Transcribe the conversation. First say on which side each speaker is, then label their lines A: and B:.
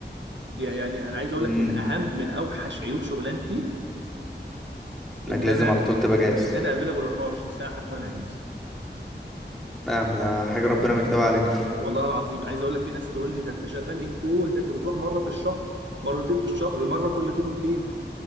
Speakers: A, on the right; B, in the centre.
A: يعني انا عايز اقول
B: أمم،
A: لك من اهم من اوحش عيوب شغلانتي
B: انك
A: ان
B: لازم
A: انا
B: على طول تبقى جاهز
A: ان انا افيلبل 24 ساعه حتى وانا اجازه
B: لا يا عم ده حاجه ربنا مكتوبه علينا
A: والله العظيم عايز اقول لك في ناس تقول لي ده انت شغال ان كول ده انت بتروح مره في الشهر مرتين في الشهر مره كل فين وفين